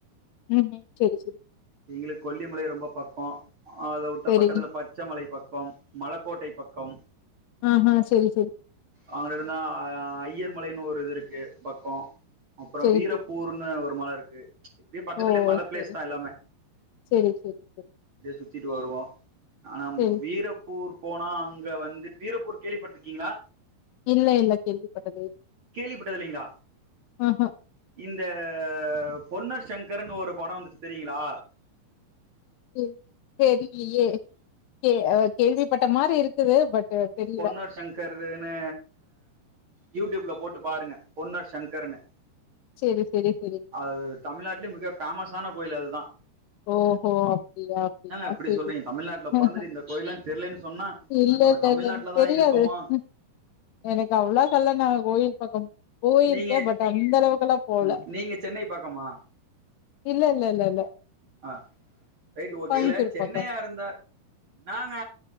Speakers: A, on the left; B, on the right.
A: உ உம் செரி செரி
B: எங்களுக்கு கொல்லிமலை ரொம்ப பக்கோ ஆ அத உட்ட
A: சரி
B: பக்கத்தில பச்சை மலை பக் கம் மலக்கோட்டை பக்கம்
A: ஆ ஆ செரி
B: அங்கிட்ருந்தா ஆ ஆ அய்யர் மலைனு ஒரு இது இருக்கு பக்கோ அப்றொ
A: சரி
B: வீரப்பூர்னு
A: சரி
B: ஒரு மல இரு இர்க்கு ச்ச இப்டே பக்கத்திலேயே
A: ஓ
B: மல பிளேஸ்
A: சரி
B: தா எல்லாமே
A: சரி சரி சரி
B: சுத்திட் வருவோ ஆனா
A: சரி
B: மு வீரப்பூர் போனா அங்க வந்து வீரப்பூர் கேள்விப்பட்ருக்கீங்ளா
A: இல்ல இல்ல கேள்விப்பட்டதே இல்ல.
B: கேள்விப்பட்டது இல்லிங்ளா
A: ஆஹா.
B: இந்த பொன்னர் சங்கரன்னு ஒரு படோ வந்துச்சு தெரியுங்ளா
A: தெ தெரிலியே கே ஆ கேள்விப்பட்ட மாரி இருக்குது பட் தெரியல.
B: பொன்னர் சங்கர்துனு யூடியூப்ல போட்டு பாருங்க பொன்னர் சங்கரன்னு
A: சரி, சரி, சரி.
B: அது தமிழ்நாட்லயே மிக பேமஸான கோயில் அது தா
A: ஓ ஓ அப்டியா அப்டியா
B: இப்டி
A: செரி
B: சொல்றீங்க தமிழ்நாட்ல
A: அ
B: பொறந்துட்டு
A: ஆ
B: இந்த கோயில்லாம் தெர்லன்னு சொன்னா
A: இல்ல
B: நம்ம
A: ல
B: தமிழ்நாட்ல
A: இல்ல எனக்கு
B: தான்
A: தெரியாது
B: இருக்கோமா
A: உம் எனக்கு அவ்ளா <unintelligible> கோயில் பக்கம் போயிருக்கே
B: நீங்க
A: பட் அந்த அளவுகெல்லா போல
B: ம், நீங்க சென்னை பக்கமா
A: இல்ல இல்ல இல்ல இல்ல.
B: ஆ ரைட்டு ஓகே
A: கோயம்புத்தூர்
B: இல்ல சென்னையா
A: பக்கம்.
B: இருந்தா நாங்க